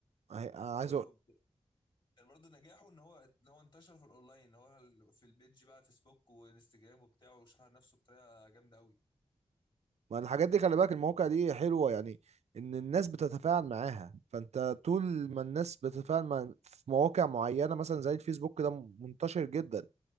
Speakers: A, on the right; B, on the left.
A: عاي- عايز
B: كان برضو
A: اقول
B: كان برضو نجاحه ان هو ان هو انتشر في الاونلاين ان هو ال- في البيج بقى فيسبوك وانستجرام وبتاعه وشهر نفسه بطريقه جامده قوي
A: ما الحاجات دي خلي بالك المواقع دي حلوه يعني ان الناس بتتفاعل معاها فانت طول ما الناس بتتفاعل مع في مواقع معينه مثلا زي الفيسبوك ده منتشر جدا